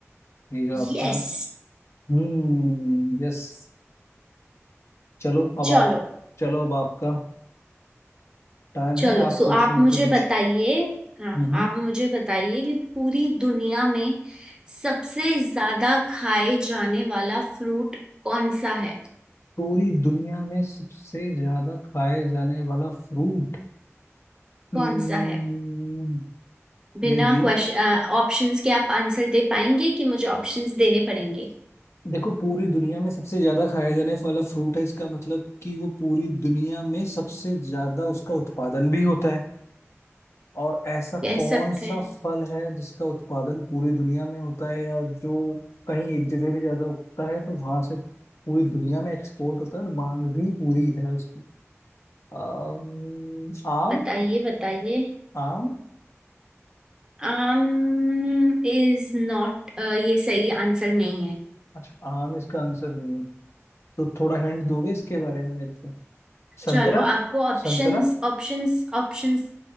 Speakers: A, on the left; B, on the right.
A: ये जो आपका
B: यस
A: हम्म यस चलो अब
B: चलो
A: आप चलो अब आपका टर्न
B: चलो
A: है आप
B: सो
A: पूछिए
B: आप
A: मुझसे
B: मुझे
A: कुछ
B: बताइए हाँ
A: हम्म
B: आप मुझे बताइए कि पूरी दुनिया में सबसे ज्यादा खाए जाने वाला फ्रूट कौन सा है
A: पूरी दुनिया में सबसे ज्यादा खाए जाने वाला फ्रूट
B: कौन
A: हम्म
B: सा है बिना
A: यार ये
B: क्वेश्चन ऑप्शंस के आप आंसर दे पाएंगे कि मुझे ऑप्शंस देने पड़ेंगे
A: देखो पूरी दुनिया में सबसे ज्यादा खाया जाने वाला फ्रूट है इसका मतलब कि वो पूरी दुनिया में सबसे ज्यादा उसका उत्पादन भी होता है और ऐसा
B: कह
A: कौन
B: सकते
A: सा
B: हैं
A: फल है जिसका उत्पादन पूरी दुनिया में होता है या जो कहीं एक जगह भी ज्यादा उगता है तो वहां से पूरी दुनिया में एक्सपोर्ट होता है और मांग भी पूरी है उसकी अम, आम
B: बताइए बताइए
A: आम
B: आम इज नॉट ये सही आंसर नहीं है
A: अच्छा आम इसका आंसर नहीं है तो थोड़ा हिंट दोगे इसके बारे में मेरे को संतरा
B: चलो आपको ऑप्शंस
A: संतरा
B: ऑप्शंस ऑप्शंस